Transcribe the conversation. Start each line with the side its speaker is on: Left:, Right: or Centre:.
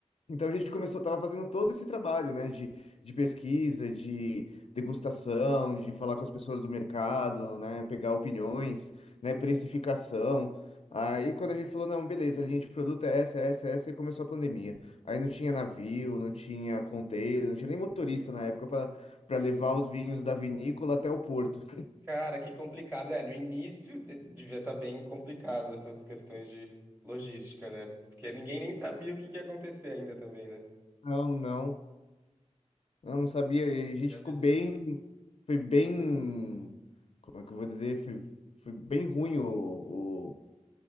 Left: Então a gente começou, tava fazendo todo esse trabalho, né? De, de pesquisa, de degustação, de falar com as pessoas do mercado, né? Pegar opiniões, né? Precificação. Aí quando a gente falou, não, beleza, a linha de produto é essa, é essa, é essa, e começou a pandemia. Aí não tinha navio, não tinha container, não tinha nem motorista na época para para levar os vinhos da vinícola até o porto.
Right: Cara, que complicado. É, no início de- devia estar bem complicado essas questões de logística, né? Porque ninguém nem sabia o que que ia acontecer ainda também, né?
Left: Não, não. Eu não sabia. E a gente
Right: Que absurdo.
Left: ficou bem. Foi bem. Como é que eu vou dizer? Foi, foi bem ruim o, o,